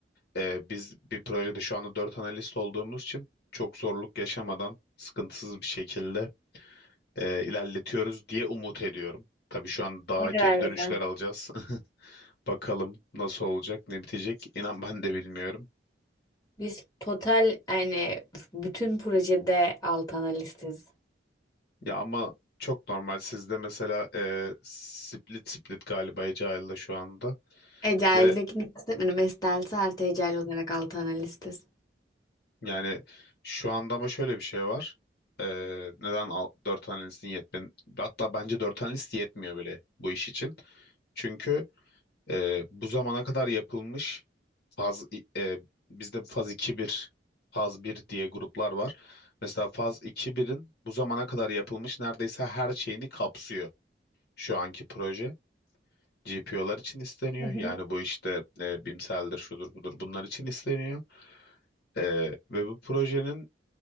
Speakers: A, on the left; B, on the left.
A: ee, biz bir projede şu anda dört analist olduğumuz için çok zorluk yaşamadan sıkıntısız bir şekilde e, ilerletiyoruz diye umut ediyorum. Tabii şu an daha
B: Ne kadar
A: geri dönüşler
B: güzel.
A: alacağız. <laughs> Bakalım nasıl olacak, ne bitecek. İnan ben de bilmiyorum.
B: Biz total yani bütün projede alt analistiz.
A: Ya ama çok normal. Sizde mesela e, split split galiba Agile'da şu anda
B: Ecel'dekini
A: ve
B: kastetmedim. Estel'si artı Ecel olarak alt analistiz.
A: yani şu anda ama şöyle bir şey var. E, neden al- dört analistin yetmiyor? Hatta bence dört analist yetmiyor bile bu iş için. Çünkü Ee, bu zamana kadar yapılmış faz e, bizde faz iki bir faz bir diye gruplar var. Mesela faz iki birin bu zamana kadar yapılmış neredeyse her şeyini kapsıyor şu anki proje. GPO'lar için isteniyor.
B: Hı hı.
A: Yani bu işte e, BIMsel'dir, şudur budur bunlar için isteniyor. Ee, ve bu projenin